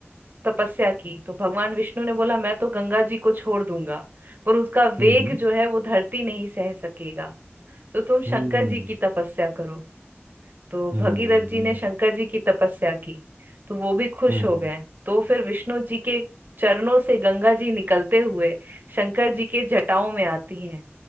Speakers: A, on the right; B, on the right.
A: तपस्या की तो भगवान विष्णु ने बोला मैं तो गंगा जी को छोड़ दूंगा पर उसका
B: हम्म
A: वेग
B: हम्म
A: जो है वो धरती नहीं सह सकेगा तो तुम शंकर
B: हम्म
A: जी की तपस्या करो तो
B: हम्म
A: भगीरथ जी
B: हम्म
A: ने शंकर जी की तपस्या की तो वो भी खुश
B: हम्म
A: हो
B: हम्म
A: गए
B: हम्म,
A: तो फिर विष्णु जी के चरणों से गंगा जी निकलते हुए शंकर जी के जटाओं में आती हैं